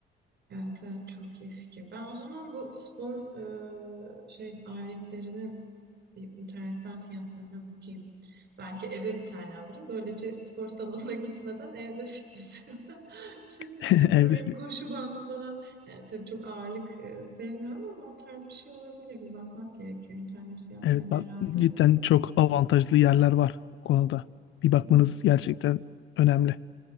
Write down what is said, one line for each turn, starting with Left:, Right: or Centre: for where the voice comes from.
Right: Evet, evet çok iyi fikir. Ben o zaman bu spor e, şey aletlerinin bir internetten fiyatlarına bakayım. Belki eve bir tane alırım. Böylece spor salonuna <laughs> gitmeden evde fitness, <laughs> fitness
Left: <laughs>
Right: yapabilirim.
Left: Evde
Right: Koşu bandı falan. Yani tabii çok ağırlık e, sevmiyorum ama o tarz bir şey olabilir. Bir bakmak gerekiyor internet fiyatlarına
Left: Evet bak
Right: herhalde.
Left: cidden çok avantajlı yerler var bu konuda. Bir bakmanız
Right: Hı,
Left: gerçekten önemli.